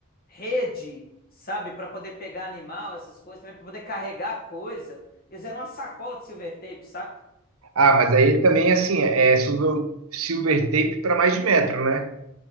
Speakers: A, on the left; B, on the right.
A: rede, sabe, para poder pegar animal, essas coisas, também para poder carregar coisa. Eles fizeram uma sacola de silver tape, saca?
B: Ah, mas aí também, assim, é é silver, silver tape para mais de metro, né?